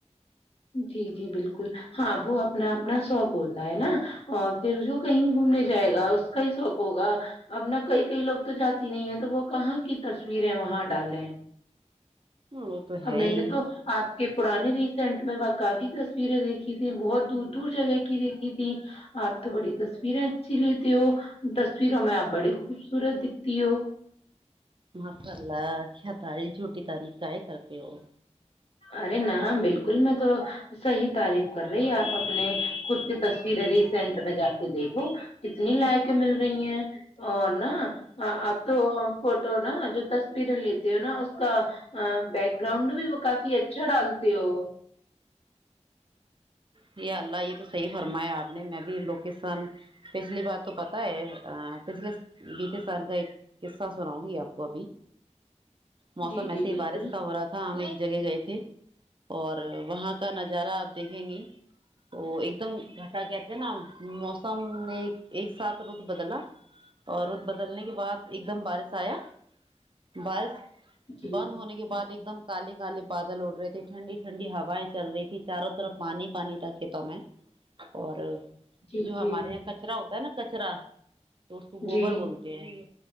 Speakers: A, on the left; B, on the right.
A: جی جی بالکل ہاں وہ اپنا اپنا شوق ہوتا ہے نا اور پھر کہیں گھومنے جائے گا اس کا ہی شوق ہوگا ابنا کئی کئی لوگ تو جاتی نہیں ہے تو وہ کہاں کی تصویریں وہاں ڈالیں ہیں
B: وہ تو ہے
A: میں
B: ہی
A: نے تو آپ کے پرانے ریسینٹ میں وہ کافی تصویریں دیکھی تھی بہت دور دور جگہ کی دیکھی تھی آپ تو بڑی تصویریں اچھی لیتے ہو تصویروں میں آپ بڑی خوبصورت دکھتی ہو
B: ماشاء اللہ کیا تاریف جھوٹی تاریف کا ہے کرتے ہو
A: ارے نہ بالکل میں تو صحیح تعریف کر رہی آپ اپنے خود کی تصویریں ریسینٹ میں جا کے دیکھو کتنی لائک مل رہی ہیں اور نہ آپ تو فوٹو نا جو تصویریں لیتے ہو نا اس کا بیک گراؤنڈ بھی وہ کافی ڈالتے ہو
B: جی اللہ یہ تو صحی فرمایا آپ نے میں بھی لوکیشن پچھلی بار تو پتا ہے پچھلے بیتے سال کا ایک قصہ سناؤں گی آپ کو ابھی موسم
A: جی
B: ایسے
A: جی
B: ہی
A: بالکل
B: بارش کا ہو رہا تھا ہمیں جگہ گئے تھے اور وہاں کا نظادا جرا آپ دیکھیں گی تو ایک دم گھاٹا کہتے ہیں نا موسم نے <unintelligible> ایک ساتھ رود بدلا اور رود بدلنے کے بعد ایک دم بارش آیا بارش
A: جی
B: بند ہونے کے بعد ایک دم کالے کالے بادل اڑ رہے تھے ٹھنڈی ٹھنڈی ہواائیں چل رہی تھی چاروں طرف پانی پانی تھا کھیتوں میں اور
A: جی
B: جو
A: جی
B: ہمارے یہاں کچرا ہوتا ت نا کچرا تو اس کو گوبر
A: جی
B: بولتے ہیں